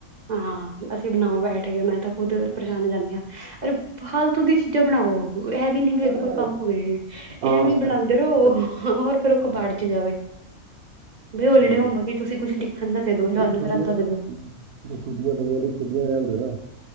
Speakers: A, on the right; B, on the right.
A: ਹਾਂ ਅਸੀਂ ਬਣਾਓ ਬੈਠ ਕੇ ਮੈਂ ਤਾਂ ਖੁਦ ਪਰੇਸ਼ਾਨ
B: ਹਾਂਜੀ
A: ਜਾਂਦੀ ਹਾਂ ਅਰੇ ਫਾਲਤੂ ਦੀ ਚੀਜ਼ਾਂ ਬਣਾਓ ਇਹ ਵੀ ਨੀ ਜਦੋਂ
B: ਅਰੇ
A: ਕੋਈ ਕੰਮ ਹੋਵੇ ਨੇ
B: ਦੋ
A: ਇਹਵੇ ਵੀ
B: ਸਿਰ
A: ਬਣਾਉਂਦੇ
B: ਖਪਾਈ
A: ਰਹੋ
B: ਕੀਤੀ ਬੱਚੇ ਸਕੂਲ
A: ਹੋਰ ਫਿਰ ਉਹ
B: ਹਾਂਜੀ
A: ਕਬਾੜ
B: ਹਾਂਜੀ
A: ਚ ਜਾਵੇ। ਵੀ
B: ਬਿਲਕੁਲ
A: ਹੋਲੀਡੇ
B: ਸਹੀ ਗੱਲ
A: ਹੋਮ
B: ਹੈ
A: ਵਰਕ ਕਿ ਤੁਸੀਂ ਕੁਝ ਲਿਖਣ ਦਾ ਦੇ ਦੋ ਲੈਨ
B: ਜੇ ਛੁੱਟੀਆਂ
A: ਰੱਦਾਂ ਦੇ
B: ਛੁੱਟੀਆਂ ਪਈਆਂ ਤੇ ਛੁਟੀਆਂ ਰਹਦੇ ਨਾ,